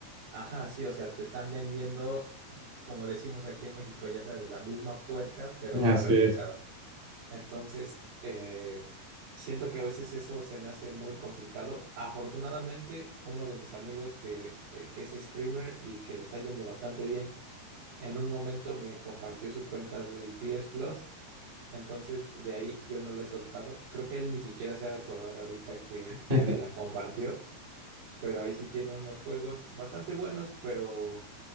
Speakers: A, on the right; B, on the right.
A: Ajá, sí, o sea, te están vendiendo, como decimos aquí en México, ya sabes, la misma puerca, pero
B: Así
A: más revolcada.
B: es.
A: Entonces, eh, siento que a veces eso se me hace muy complicado. Afortunadamente, uno de mis amigos que, eh, que es streamer y que le está yendo bastante bien, en un momento me compartió su cuenta del PS Plus entonces, de ahí yo no la he soltado. Creo que él ni siquiera se ha de acordar ahorita que,
B: <laughs>
A: que me la compartió. Pero ahí sí tiene unos juegos bastante buenos, pero